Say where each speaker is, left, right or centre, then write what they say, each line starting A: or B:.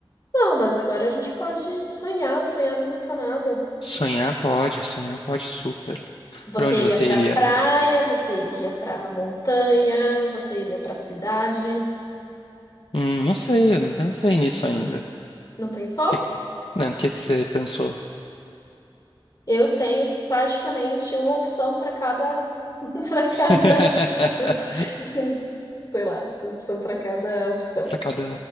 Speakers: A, on the left; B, on the left.
A: Não, mas agora a gente pode sonhar, sonhar não custa nada.
B: Sonhar pode, sonhar pode super.
A: Você
B: Pra onde
A: iria
B: você
A: pra
B: iria?
A: praia, você iria pra montanha, você iria pra cidade.
B: Hum, não sei, eu não pensei nisso ainda.
A: Não pensou?
B: Que- não, o que que você pensou?
A: Eu tenho praticamente uma opção para cada, <laughs> para cada,
B: <laughs>
A: <laughs> sei lá, uma opção para cada opção.
B: Pra cada.